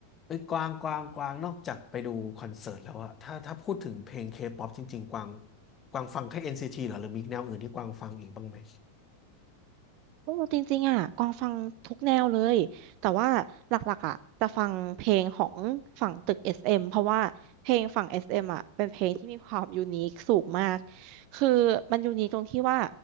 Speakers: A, on the left; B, on the right.
A: เอ้ยกวางกวางกวางนอกจากไปดูคอนเสิร์ตแล้วอะถ้าถ้าพูดถึงเพลงเคป๊อปจริงๆกวางกวางฟังแค่ NCT เหรอหรือมีแนวอื่นที่กวางฟังอีกบ้างไหม
B: โอ้จริงๆอ่ะกวางฟังทุกแนวเลย แต่ว่าหลักๆอ่ะจะฟังเพลงของฝั่งตึก SM เอ็มเพราะว่าเพลงฝั่ง SM อสเอ็มอ่ะเป็นเพลงที่มีความยูนิคสูงมาก คือมันยูนิคตรงที่ว่า